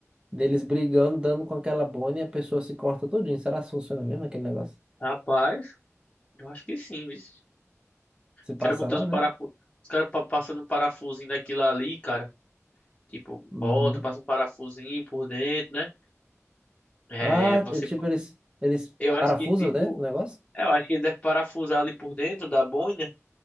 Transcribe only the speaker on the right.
Deles brigando, dando com aquela bone e a pessoa se corta todinho. Será que funciona mesmo aquele negócio?
Se passa
lá,
né?
Uhum.
Ah,
é tipo, eles, eles
parafusam,
né? O negócio?